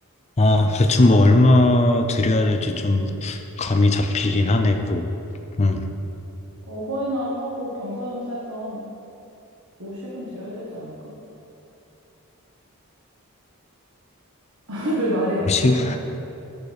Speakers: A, on the left; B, on the right.
A: 아, 대충 뭐 얼마 드려야 될지 좀 감이 잡히긴 하네, 뭐. 응,
B: 어버이날 하고 겸사겸사 해서 한 50은 드려야 되지 않을까? 별 말이 없어?
A: 10? <laughs>